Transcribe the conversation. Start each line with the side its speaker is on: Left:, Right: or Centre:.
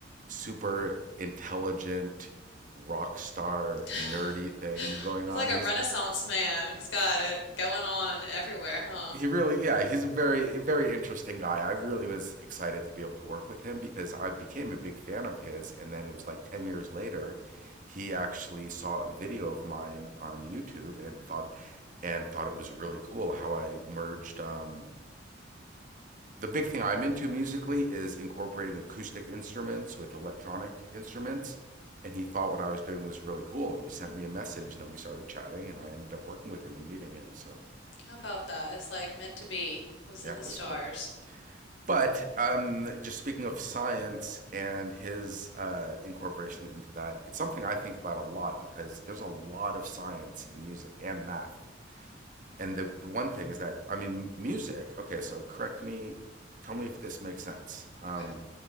Right: super intelligent rock star
Left: <laughs>
Right: nerdy thing going
Left: He's
Right: on
Left: like
Right: he's
Left: a renaissance man. He's got it going on everywhere, huh?
Right: he really yeah he's a very very interesting guy i really was excited to be able to work with him because i became a big fan of his and then it was like 10 years later he actually saw a video of mine on youtube and thought and thought it was really cool how i merged um the big thing i'm into musically is incorporating acoustic instruments with electronic instruments and he thought what i was doing was really cool and he sent me a message and then we started chatting and i ended up working with him and meeting him so
Left: How about that? It's like meant to be. It was
Right: yeah
Left: in the
Right: it
Left: stars.
Right: was cool But um, just speaking of science and his uh, incorporation into that, it's something I think about a lot because there's a lot of science in music and math. And the, the one thing is that, I mean, music, okay, so correct me, tell me if this makes sense. Um,
Left: Okay.